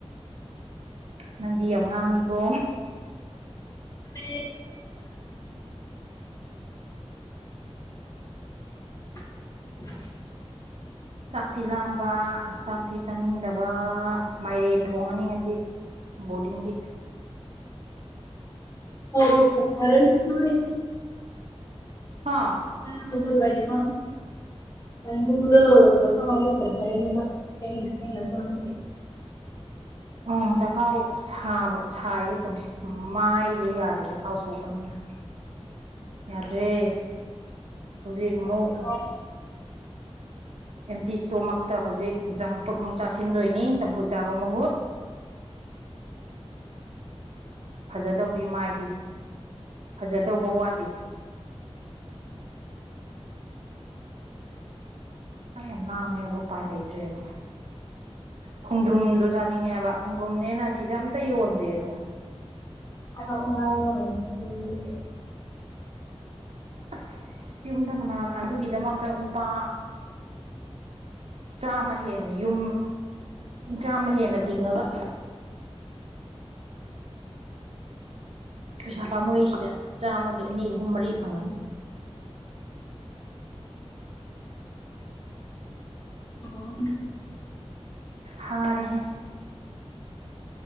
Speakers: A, on the right; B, on the left.
A: ꯅꯪꯗꯤ ꯌꯥꯝ ꯉꯥꯡꯉꯤꯀꯣ
B: ꯄꯦ <inaudible>
A: ꯆꯥꯛ ꯇꯤ ꯂꯥꯝꯕ ꯆꯥꯛ ꯇꯤ ꯆꯥꯅꯤꯡꯗꯕ ꯃꯥꯏꯔꯦꯟ ꯊꯣꯡꯉꯅꯤ ꯉꯁꯤ ꯕꯣꯔꯗꯤꯡꯒꯤ
B: <unintelligible>
A: ꯍꯥꯥ
B: <unintelligible> <unintelligible>
A: ꯎꯝ ꯆꯈꯥꯎ ꯁꯥꯕ ꯁꯥꯏꯌꯦ ꯑꯗꯨꯝ ꯃꯥꯏꯗꯣ ꯌꯥꯗꯦ ꯆꯈꯥꯎ ꯁꯣꯛꯄꯅꯤꯅ ꯌꯥꯗ꯭ꯔꯦ ꯍꯧꯖꯤꯛ
B: ꯑꯣꯏꯔꯔꯣꯏ
A: ꯑꯃꯨꯛ ꯑꯦꯝꯇꯤ ꯁ꯭ꯇꯣꯃꯥꯛꯇ ꯍꯧꯖꯤꯛ ꯖꯪ ꯐꯨꯗꯃꯨꯛ ꯆꯥꯁꯤꯟꯗꯣꯏꯅꯤ ꯆꯝꯐꯨꯠ ꯆꯥꯕ ꯃꯍꯨꯠ ꯐꯖꯗꯧꯔꯤ ꯃꯥꯏꯗꯤ ꯐꯖꯗꯧꯕ ꯋꯥꯠꯂꯤ ꯥꯆꯥꯛ ꯌꯥꯝ ꯂꯥꯝꯃꯦꯕ ꯎꯄꯥꯏ ꯂꯩꯇ꯭ꯔꯦꯕ ꯈꯣꯡꯗ꯭ꯔꯨꯝꯗꯨ ꯆꯥꯅꯤꯡꯉꯦꯕ ꯈꯣꯡꯗ꯭ꯔꯨꯝꯅꯦꯅ ꯑꯁꯤꯗ ꯑꯝꯇ ꯌꯣꯟꯗꯦꯕ
B: ꯍꯥꯏꯔꯛꯑꯣ ꯍꯥꯏꯑꯣ ꯌꯨꯝꯕꯗꯒꯤ
A: ꯑꯁ ꯌꯨꯝꯗ ꯀꯅꯥꯟꯅ ꯑꯗꯨꯒꯤꯗꯃꯛꯇ ꯅꯨꯄꯥ ꯆꯥꯝꯃ ꯍꯦꯟꯅ ꯌꯨꯝ ꯆꯥꯝꯃ ꯍꯦꯟꯅ ꯇꯤꯡꯉꯒ ꯄꯩꯁꯥ ꯄꯥꯝꯃꯨꯏꯁꯤꯗ ꯆꯥꯝꯃꯒꯤ ꯑꯅꯤ ꯑꯍꯨꯝ ꯃꯔꯤ ꯐꯪꯉꯅꯤ
B: <unintelligible>
A: ꯍꯥꯔꯦꯍꯦ